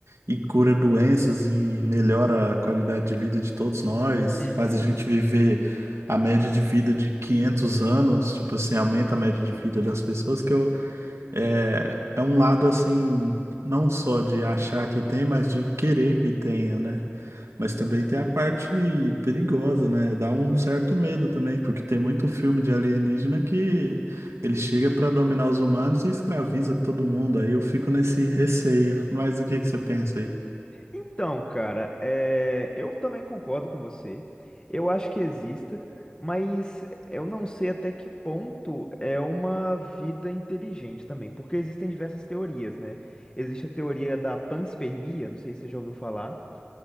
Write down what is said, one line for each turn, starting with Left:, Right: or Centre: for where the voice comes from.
Right: e cura doenças e melhora a qualidade de vida de todos nós,
Left: Uhum.
Right: faz a gente viver a média de vida de 500 anos, tipo assim, aumenta a média de vida das pessoas, que eu, é, é um lado assim, não só de achar que tem, mas de querer que tenha, né? Mas também tem a parte perigosa, né? Dá um certo medo também, porque tem muito filme de alienígena que ele chega pra dominar os humanos e escraviza todo mundo. Aí eu fico nesse receio. Mas o que que você pensa aí?
Left: Então, cara, é, eu também concordo com você. Eu acho que exista, mas eu não sei até que ponto é uma vida inteligente também, porque existem diversas teorias, né? Existe a teoria da panspermia, não sei se você já ouviu falar,